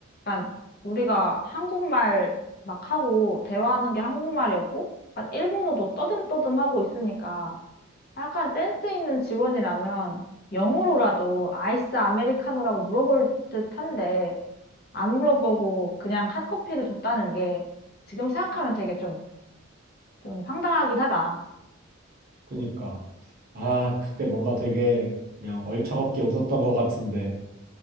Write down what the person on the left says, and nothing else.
약간 우리가 한국말 막 하고 대화하는 게 한국말이었고, 약간 일본어도 떠듬떠듬 하고 있으니까 약간 센스 있는 직원이라면 영어로라도 아이스 아메리카노라고 물어볼 듯한데, 안 물어보고 그냥 핫커피를 줬다는 게 지금 생각하면 되게 좀, 좀 황당하긴 하다.